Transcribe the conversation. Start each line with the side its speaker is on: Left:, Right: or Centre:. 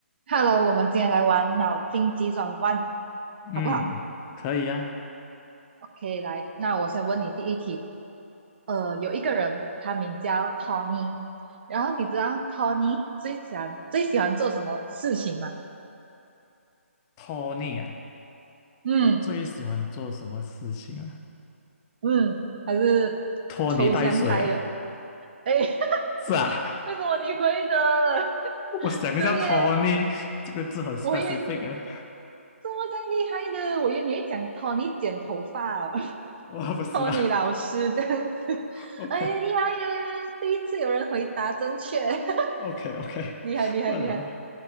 Right: Hello，我们今天来玩脑筋急转弯，
Left: 嗯，
Right: 好不好
Left: 可以啊。
Right: ？OK，来，那我先问你第一题。呃，有一个人，他名叫 Tony，然后你知道 Tony 最喜欢最喜欢做什么事情吗？
Left: 拖泥啊，
Right: 嗯
Left: 最喜欢做什么事情啊？
Right: 嗯，他是抽象派的。
Left: 拖泥带水啊？
Right: 哎，<laughs>
Left: 是啊，
Right: 为什么你会的？<laughs>
Left: <laughs> 我想一下，
Right: 对耶，
Left: 拖泥这个字很 specific
Right: 我也为
Left: 啊，
Right: 这么这样厉害的，我以为你会讲 Tony 剪头发哦。
Left: <laughs> 我不是啦。
Right: 托尼老师这样子，<laughs>
Left: <laughs>
Right: 哎，厉害耶！第一次有人回答正确，
Left: OK，OK，OK，
Right: <laughs> 厉害厉害厉害！
Left: 我了，